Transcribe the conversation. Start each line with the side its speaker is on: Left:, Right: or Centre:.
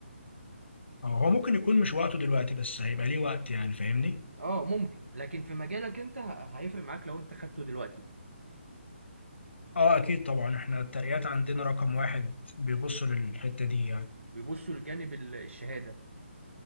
Left: اه هو ممكن يكون مش وقته دلوقتي بس هيبقى ليه وقت يعني فاهمني
Right: اه ممكن لكن في مجالك انت ه- هيفرق معاك لو انت خدته دلوقتي
Left: اه اكيد طبعا احنا الترقيات عندنا رقم واحد بيبصوا للحتة دي يعني
Right: بيبصوا لجانب ال- الشهادة